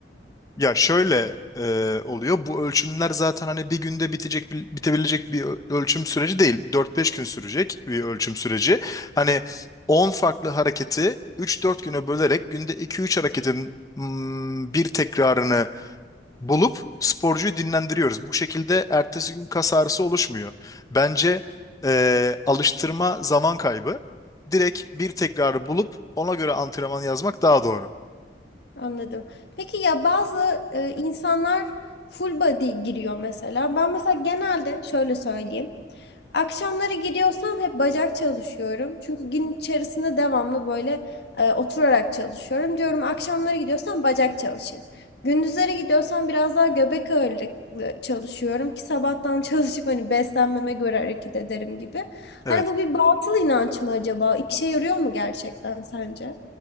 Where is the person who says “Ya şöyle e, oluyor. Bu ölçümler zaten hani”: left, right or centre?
Left